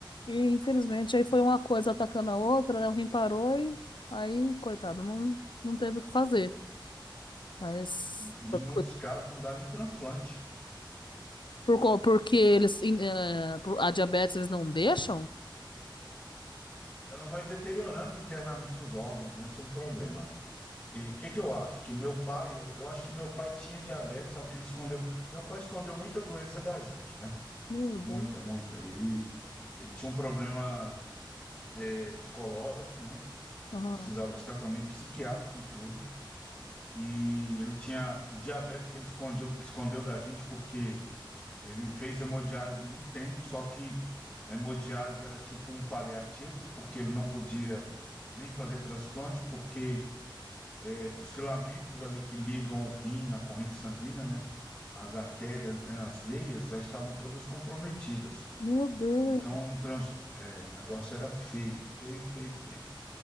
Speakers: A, on the left; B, on the left.
A: E infelizmente aí foi uma coisa atacando a outra, né? O rim parou e aí, coitado, não, não teve o que fazer. Mas
B: e,
A: por,
B: e em muitos casos não dá nem transplante.
A: co- porque eles, em, eh, por- a diabetes eles não deixam?
B: Ela vai deteriorando internamente os órgãos, né? Isso é um problema. E o que que eu acho? Que meu pai, eu, eu acho que meu pai tinha diabetes, só que ele escondeu. Meu pai escondeu muita doença da gente, né?
A: Meu
B: Muita,
A: Deus.
B: muita. Ele, ele tinha um problema eh, psicológico, né? Que
A: Ah,
B: precisava de tratamento psiquiátrico e tudo. e ele tinha o diabetes que ele escondeu, escondeu da gente porque ele fez hemodiálise um tempo, só que a hemodiálise era tipo um paliativo, porque ele não podia nem fazer transplante, porque eh, os filamentos ali que ligam o rim à corrente sanguínea, né, as artérias, né, as veias, já estavam todas comprometidas.
A: Meu Deus.
B: Então, um trans, eh, o negócio era feio, feio, feio, feio.